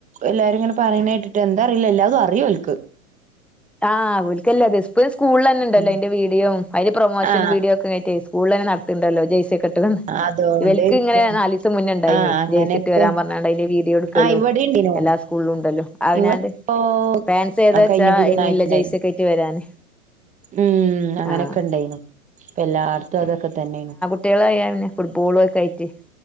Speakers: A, on the right (about 15°); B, in the centre.
A: എല്ലാരുയിങ്ങനെ പറയണ കേട്ടിട്ട് എന്താറില്ല എല്ലാവതും അറിയോ ഇവൽക്ക്
B: ആഹ് ഇവൾക്ക് എല്ലാംറിയാം ഇപ്പഴും സ്കൂളിൽ തന്നെ ഒണ്ടല്ലോ
A: ഉം
B: അതിന്റെ വീഡിയോ അതില് പ്രൊമോഷും
A: ആ
B: വീഡിയൊ ഒക്കെ ആയിട്ടേ സ്കൂളിതന്നെ നടത്തട്ടണ്ടല്ലോ ജെയ്‌സിക്കെയിട്ട് അങ്ങനെ
A: അതോണ്ടായിരിക്കും
B: ഇവലക്ക് ഇങ്ങനെ നാല് ദെവസം മുന്നെയുണ്ടായിനി
A: ആ അങ്ങനെയൊക്കെ
B: ജെയ്‌സിയിട്ട് വരാൻ പറഞ്ഞാണ്ട് അന്റെ വീഡി - കൊടുക്കുമല്ലോ
A: ആ ഇവിടേം ഇണ്ടേനു
B: എല്ലാം സ്കൂളിലിലും ഒണ്ടല്ലോ അതിനാന്റ
A: ഇവ ഇപ്പോ
B: പാൻസ്‌ ഏതാ
A: ആ
B: വെച്ചാ
A: കഴിഞ്ഞ ബുധനാഴ്ച
B: - ഇന്ന് ഇല്ല
A: ഉണ്ടായിനു
B: ജെയസി ഒക്കെയിട്ട് വരാന്
A: ഉം അങ്ങനൊക്കെ
B: ആഹ്
A: ഉണ്ടായിനു ഇപ്പ എല്ലായിടത്തും അതൊക്കെ തന്നെയാണ്
B: കുട്ടികളായ പിന്നെ ഫുട്ബോളുംക്കെ ആയിട്ട്-